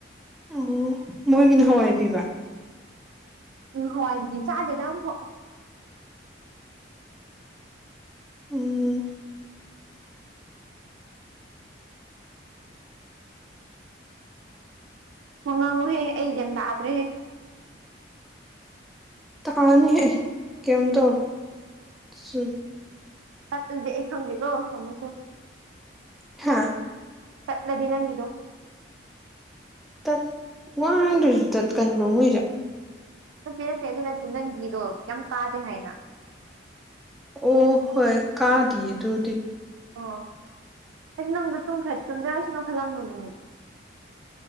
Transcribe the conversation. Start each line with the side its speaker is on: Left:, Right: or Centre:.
Centre: ꯑꯣ ꯃꯣꯏꯒꯤꯅ ꯍꯋꯥꯏ ꯄꯤꯕ
Right: ꯎꯝ ꯍꯋꯥꯏꯕꯤ ꯆꯥꯗꯦꯗ ꯑꯃꯨꯛꯐꯥꯎ
Centre: ꯎꯝ
Right: ꯍꯣꯡ ꯉꯥꯡꯉꯨꯍꯦ ꯑꯩ ꯒ ꯇꯥꯗ꯭ꯔꯦ
Centre: ꯇꯀꯥꯅꯤꯍꯦꯛ ꯀꯩꯝ ꯇꯧꯔ ꯆꯨ
Right: ꯇ ꯁꯝꯗꯤꯦꯀꯣꯨꯛ ꯁ
Centre: ꯍꯥꯥ
Right: ꯆꯠꯂꯗꯪꯅꯤꯗꯨ
Centre: ꯇꯠ ꯋꯥꯡꯗ꯭ꯔꯁꯨ ꯇꯠꯀꯟꯕ꯭ꯔꯣ ꯃꯣꯏꯁꯦ
Right: ꯅꯠꯇꯦꯔꯁꯦ ꯑꯗꯨ ꯅꯠꯇꯦ ꯅꯪꯒꯤꯗꯣ ꯀ ꯀꯥꯗꯦ ꯍꯥꯏꯅ
Centre: ꯑꯣ ꯍꯣꯏ ꯀꯥꯗꯌꯦ ꯑꯗꯨꯗꯤ
Right: ꯑꯣ ꯍꯥꯏꯗꯤ ꯅꯪꯗꯣ ꯇꯨꯝꯊꯔꯁꯨꯅꯣ ꯈꯜꯂꯝꯂꯨꯕꯅꯦ